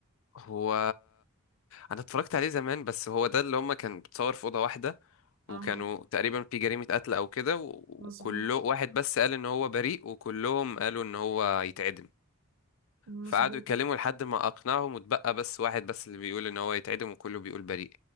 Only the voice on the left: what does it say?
هو انا اتفرجت عليه زمان بس هو ده اللي هما كان بتصور في اوضه واحده وكانوا
تقريبا في جريمه قتل او كده و- وكله
واحد بس قال ان هو بريء وكلهم قالوا ان هو يتعدم
فقعدوا يتكلموا لحد ما اقنعهم واتبقى بس واحد بس اللي بيقول ان هو يتعدم وكله بيقول بريء